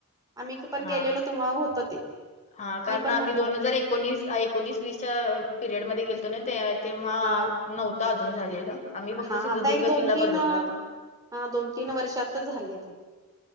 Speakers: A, on the right; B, on the left.
A: आम्ही पण
B: हा
A: गेलेलो तेव्हा होत ते
B: हा कारण
A: मी पण
B: आम्ही
A: म्हटल
B: दोन
A: म्हणजे.
B: हजार एकोणीस एकोणीस वीस च्या पिरियड मध्ये गेलतो ना त्या. तेव्हा
A: हा
B: नव्हता अजून झालेला आम्ही फक्त
A: हा
B: सिंधुदुर्ग
A: आता एक दोन
B: किल्ला
A: तीन
B: बघितला होता.
A: हा दोन तीन वर्षातच झाले ते